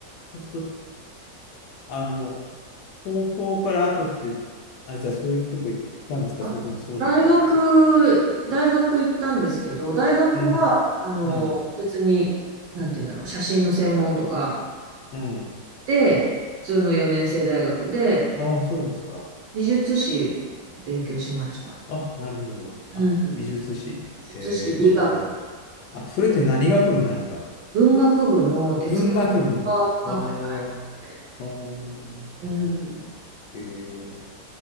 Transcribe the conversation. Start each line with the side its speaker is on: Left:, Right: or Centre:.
Left: そうすると、あの、高校から後って、あいつはそういうとこ行ったんですかそれともそうじゃなくて。
Right: あ大学、大学行ったんですけど、大学は、
Left: うん、
Right: あの、
Left: うん、
Right: 別に、なんて言うんだろう、写真の専門とか
Left: うん。
Right: で、普通の4年生大学で、
Left: ああ、そうですか。
Right: 美術史勉強しました。
Left: あ、なるほど。
Right: うん。
Left: あ、美術史。
Right: 美術史、
Left: へえ。
Right: 美学、
Left: あ、それって何学部なんですか
Right: 文学部の哲学科の中に
Left: 文学部の。あー
Right: あって、
Left: あー、なるほど。
Right: うん。
Left: えー、